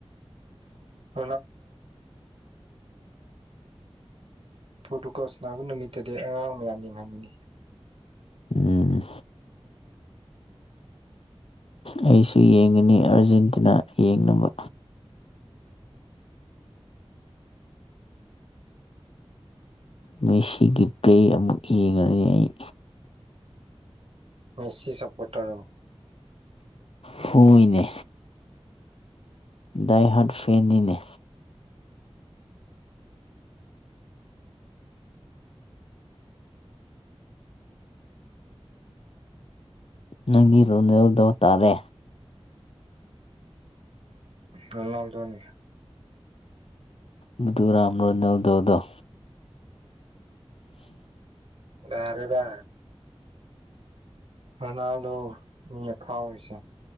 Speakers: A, on the right; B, on the left.
A: <unintelligible> <unintelligible> ꯄ꯭ꯔꯣꯔꯇꯨꯀꯣꯜ ꯁꯥꯟꯅꯥꯕ ꯅꯨꯃꯤꯠꯇꯗꯤ ꯑꯉꯥꯡ ꯃꯌꯥꯝ ꯌꯦꯡꯍꯟꯒꯉꯤ
B: ꯎꯝ ꯑꯩꯁꯨ ꯌꯦꯡꯉꯅꯤ ꯑꯥꯔꯖꯦꯟꯇꯤꯅꯥ ꯌꯦꯡꯅꯕ ꯃꯦꯁꯤꯒꯤ ꯄ꯭ꯔ‌ꯦ ꯑꯃꯨꯛ ꯌꯦꯡꯉꯅꯤ ꯑꯩ
A: ꯃ‌ꯦꯁꯤ ꯁꯄꯣꯔꯠ ꯇꯧꯔ
B: ꯐꯨꯏꯅꯦ ꯗꯥꯏ ꯍꯥꯠ ꯐꯦꯟꯅꯤꯅꯦ ꯅꯪꯒꯤ ꯔꯣꯅꯦꯜꯗꯣ ꯇꯥꯔꯦ
A: ꯔ‌ꯣꯂꯥꯜꯗ‌ꯣꯅꯤ
B: ꯃꯙꯨ <unintelligible> ꯔꯣꯅꯥꯜꯗ‌ꯣꯗ‌ꯣ
A: ꯒꯥꯔꯦꯗ ꯔ‌ꯣꯅꯥꯜꯗ‌ꯣ ꯃꯤꯅ ꯐꯥꯎꯔꯤꯁꯦ